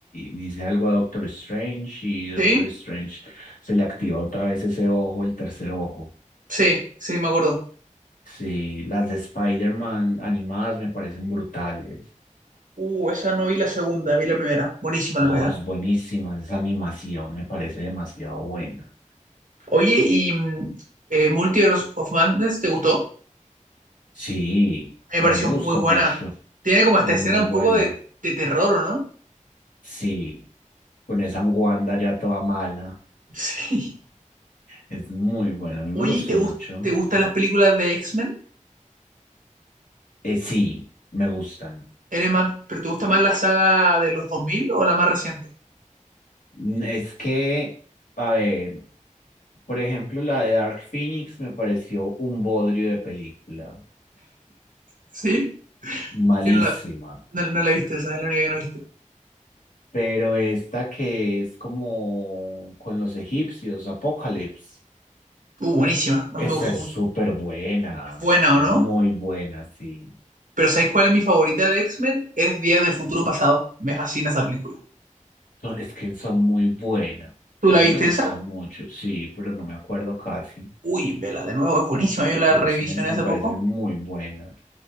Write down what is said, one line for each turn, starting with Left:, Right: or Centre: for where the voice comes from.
Left: dice algo a Doctor Strange y Doctor
Right: ¿Sí?
Left: Strange se le activa otra vez ese ojo, el tercer ojo.
Right: Sí, sí, me acuerdo.
Left: Sí, las de Spider-Man animadas me parecen brutales.
Right: Uh, esa no vi la segunda, vi la primera. Buenísima la
Left: No,
Right: primera.
Left: es buenísima, esa animación me parece demasiado buena.
Right: Oye, ¿y mm, eh, Multiverse of Madness te gustó?
Left: Sí,
Right: Me
Left: a
Right: pareció
Left: mí me
Right: muy
Left: gusta
Right: buena.
Left: mucho,
Right: Tiene como esta
Left: es
Right: escena
Left: muy
Right: un
Left: buena.
Right: poco de, de terror, ¿o ¿no? <laughs>
Left: Sí, con esa Wanda ya toda mala.
Right: Sí.
Left: Es muy buena, a mí me
Right: Oye,
Left: gustó
Right: ¿te gus-
Left: mucho.
Right: te gustan las películas de X-Men?
Left: Eh, sí, me gustan.
Right: ¿Eres más, pero te gusta más la saga de los 2000 o la más reciente?
Left: Mm, Es que, a ver, por ejemplo, la de Dark Phoenix me pareció un bodrio de película,
Right: Sí.
Left: malísima.
Right: Yo no la, no, no la he visto, esa es la única que no he visto.
Left: Pero esta que es como con los egipcios, Apocalypse,
Right: Uh, buenísima, a
Left: esa
Right: mí me gustó
Left: es
Right: mucho.
Left: súper buena,
Right: Es buena,
Left: esa
Right: ¿o no?
Left: es muy buena, sí.
Right: Pero ¿sabéis cuál es mi favorita de X-Men? Es Día del Futuro Pasado. Me fascina esa película.
Left: No, es que son muy buenas.
Right: ¿Tú
Left: A
Right: la
Left: mí
Right: viste
Left: me gustan
Right: esa?
Left: mucho, sí, pero no me acuerdo casi.
Right: Uy, vela de nuevo, es buenísima. Yo la
Left: X-Men
Right: revisioné
Left: me
Right: hace
Left: parecen
Right: poco.
Left: muy buenas.